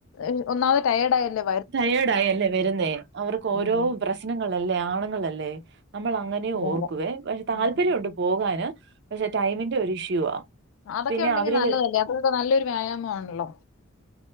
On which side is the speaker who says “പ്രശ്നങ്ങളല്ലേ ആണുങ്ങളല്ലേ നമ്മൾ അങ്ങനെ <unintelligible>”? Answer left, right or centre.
Right